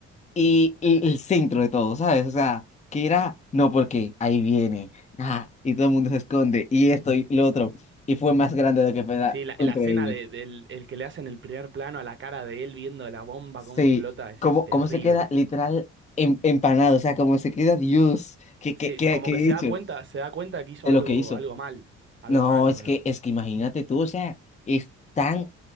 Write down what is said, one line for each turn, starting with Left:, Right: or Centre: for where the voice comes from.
Left: y, y el centro de todo, ¿sabes? O sea, que era, no, porque ahí viene, ah, y todo el mundo se esconde, y esto y lo otro, y fue más grande de lo que fue,
Right: Sí, la, la
Left: increíble.
Right: escena de- del el que le hacen el primer plano a la cara de él viendo la bomba
Left: Sí,
Right: cómo explota es
Left: ¿cómo,
Right: terrible.
Left: cómo se queda literal em- empanado? O sea, cómo se queda Dios. ¿Qué,
Right: Sí,
Left: qué, qué,
Right: sí, como
Left: qué
Right: que se
Left: he hecho
Right: da cuenta, se da cuenta que hizo
Left: de
Right: algo,
Left: lo que hizo?
Right: algo mal, algo
Left: No,
Right: malo,
Left: es
Right: no
Left: que, es que imagínate tú, o sea, es tan